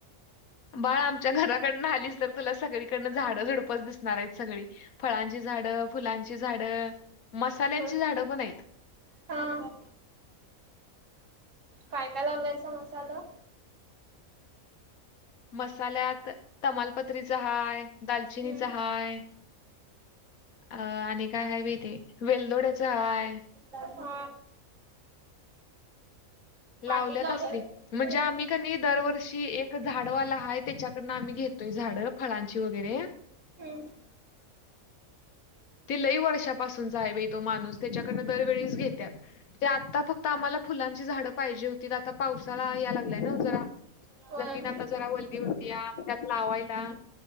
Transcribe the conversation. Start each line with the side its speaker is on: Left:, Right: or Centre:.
Left: बाळ आमच्या घराकडन आलीच तर तुला सगळीकडन झाडं झुडपच दिसणार आहेत सगळी. फळांची झाडं फुलांची झाड मसाल्यांची
Right: होय
Left: झाडं पण आहेत.
Right: हा. काय लावलायचा मसाला
Left: मसाल्यात तमालपत्रीचा हाय दालचिनीचा
Right: हम्म
Left: हाय अ आणि काय ह बी ते वेलदोड्याच हाय.
Right: हा
Left: लावल्यात
Right: मातीत लावलाय.
Left: असली म्हणजे आम्ही कणी दरवर्षी एक झाडवाला हाय त्याच्याकडनं आम्ही घेतोय झाडं फळांची वगैरे
Right: हम्म
Left: ती लई वर्षापासूनचा आहे बा तो माणूस त्याच्याकडनं दरवेळीच घेतात ते आता फक्त आम्हाला फुलांची झाडं पाहिजे होती आता पावसाळा या लागलाय ना जरा
Right: होय
Left: जमीन आता जरा वल्ली होती या त्यात लावायला